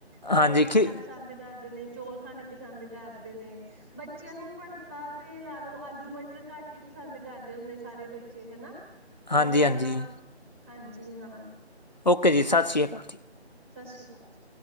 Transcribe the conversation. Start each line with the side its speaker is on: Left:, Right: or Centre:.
Centre: ਪੋਹਾ
Left: ਹਾਂਜੀ, ਖੀ
Centre: ਖਾਣਾ ਪਸੰਦ ਕਰਦੇ ਨੇ। ਚੌਲ ਖਾਣੇ ਪਸੰਦ ਕਰਦੇ ਨੇ, ਬੱਚੇਆਂ ਨੂੰ ਭੜਥਾ ਤੇ ਲਾ ਲੋ ਆਲੂ ਮਟਰ ਘੱਟ ਈ ਪਸੰਦ ਕਰਦੇ ਹੁੰਦੇ ਸਾਰੇ ਬੱਚੇ ਹਨਾ,
Left: ਹਾਂਜੀ,
Centre: ਓ ਜ਼ਾਦਾ
Left: ਹਾਂਜੀ।
Centre: ਹਾਂਜੀ ਹਾਂ।
Left: ਓਕੇ ਜੀ, ਸਤਿ ਸ਼੍ਰੀ ਅਕਾਲ ਜੀ।
Centre: ਸਤਿ ਸ਼੍ਰੀ ਅਕਾਲ ਜੀ।